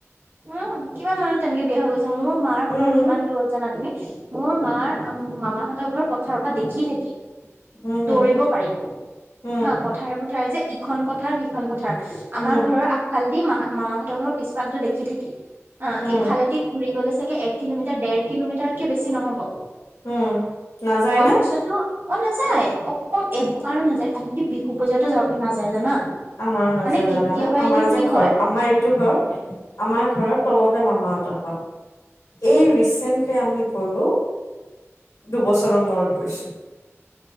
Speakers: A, on the right; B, on the left.
A: উম, কিমান মানুহ তেনেকে বিয়া হৈ গৈছে। মোৰ মাৰ ঘৰ
B: উম
A: কিমান দূৰত, জানা তুমি? মোৰ মাৰ- মামাহঁতৰ ঘৰ পথাৰৰ পৰা দেখি থাকি।
B: উম।
A: কৰিব পাৰি,
B: উম
A: হা। পথাৰে - পথাৰে যে, ইখন পথাৰ সিখন পথাৰ।
B: উম
A: আমাৰ ঘৰৰ আগ ফালদি মাহা- মামাহঁতৰ ঘৰৰ পিছফালটো দেখি থাকি। অ'
B: উম
A: ইফালেদি ঘুৰি গলে চাগে এ ক কিলোমিটাৰ, ডেৰ কিলোমিটাৰতকে বেছি নহ'ব।
B: উম নাযায়
A: তাৰপিছত
B: নে
A: তোৰ- অ' নেযায়, অক- এবাৰো নাযায়। আনকি বিহু পূজাতো যা- নাযায়, জানা?
B: আমাৰো নাযায়,
A: মানে
B: জানানে?
A: কেতিয়াবা
B: আমাৰ
A: এদিন
B: যে
A: কি হয়
B: ঘৰ আমাৰ এইটো ঘৰ, আমাৰ ঘৰৰ তলতে মামাহঁতৰ ঘৰ। এই ৰিচেন্টলি আমি গলোঁ। দুবছৰৰ মূৰত গৈছোঁ।